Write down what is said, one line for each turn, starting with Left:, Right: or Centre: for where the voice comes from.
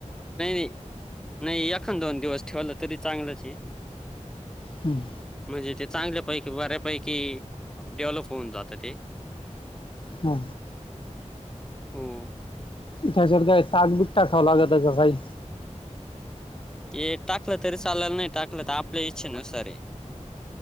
Centre: नाही नाही नाही एखांद दोन दिवस ठेवलं तरी चांगलंचे
Left: हम्म.
Centre: म्हजी ते चांगल्यापैकी बऱ्यापैकी डेव्हलप होऊन जात ते
Left: हा.
Centre: हो.
Left: तझ्यात काय ताकबीक टाकावं लागतं का काय?
Centre: ते टाकलं तरी चालण नाही टाकलं तर आपल्या इच्छेनुसाराय्